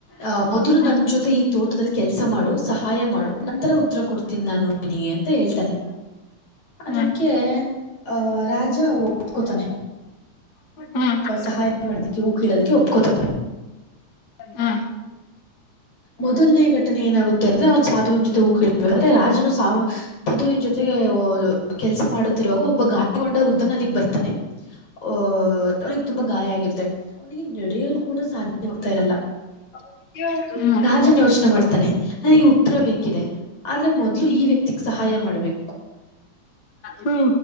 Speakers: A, on the left; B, on the left.
A: ಅಹ ಮೊದಲು
B: ಹ್ಮ್
A: ನನ್ನ ಜೊತೆ ಈ ತೋಟದಲ್ಲಿ ಕೆಲಸ ಮಾಡು ಸಹಾಯ ಮಾಡು ನಂತರ ಉತ್ತರ ಕೊಡ್ತೀನಿ ನಾನು ನಿನಗೆ ಅಂತ ಹೇಳ್ತಾನನೆ ಅದಕ್ಕೆ
B: ಹ್ಮ್
A: ಅಹ ರಾಜ ಒಪ್ಕೊತಾನೆ
B: ಹ್ಮ್ ಹ್ಮ್ ಹ್ಮ್
A: ಸಹಾಯ ಮಾಡದಕ್ಕೆ ಹೂ ಕೇಳೋದಕ್ಕೆ ಒಪ್ಕತಾ
B: <inaudible>
A: ಮೊದಲನೇ ಘಟನೆ ಏನಾಗುತ್ತೆಂದ್ರೆ ಅವ್ನ್ ಸಾಧುವಿನ ಜೊತೊ ಕಳಬೇಕ್ರೆ ರಾಜನು ಸಾ ಅದು ಇನ್ ಜೊತೆ ಕೆಲ್ಸ ಮಾಡುತ್ತಿರುವಾಗ ಒಬ್ಬ ಗಾಯಗೊಂಡ ವೃದ್ಧನ ಅಲ್ಲಿಗ್ ಬರ್ತಾನೆ ಅಹ ಅವನಿಗೆ ತುಂಬಾ ಗಾಯ ಆಗಿರುತ್ತೆ ಅವನಿಗೆ ನಡೆಯಲು ಕೂಡ ಸಾಧ್ಯವಾಗ್ತಾ ಇರಲ್ಲ
B: ಹೌ
A: ರಾಜನ್ ಯೋಚನೆ ಮಾಡ್ತಾನೆ ನನಗ ಉತ್ತರ ಬೇಕಿದೆ ಆದ್ರ ಮೊದ್ಲು ಈ ವ್ಯಕ್ತಿಗ್ ಸಹಾಯ ಮಾಡಬೇಕು
B: ಹ್ಮ